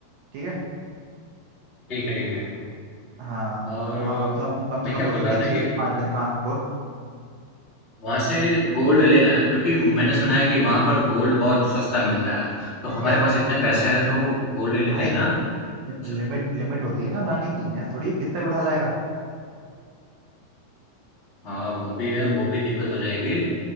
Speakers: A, on the right; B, on the left.
A: ठीक है
B: ठीक है, ठीक है।
A: हाँ
B: और
A: वहाँ कम से कम कम से
B: मैं
A: कम
B: क्या
A: रुकेंगे
B: बोल रहा था
A: छः
B: कि
A: पाँच दिन हाँ बोल
B: वहाँ से गोल्ड लेना है क्योंकि मैंने सुना है कि वहाँ पर गोल्ड बहुत सस्ता मिलता है। तो हमारे
A: यार
B: पास इतने पैसे हैं तो गोल्ड ले लेते
A: भाई
B: हैं ना?
A: तो
B: च
A: लिमिट लिमिट होती है ना लाने की ऐसा थोड़ी है कितना भी उठा लाएगा
B: हाँ, वो भी है, वो भी दिक्कत हो जाएगी।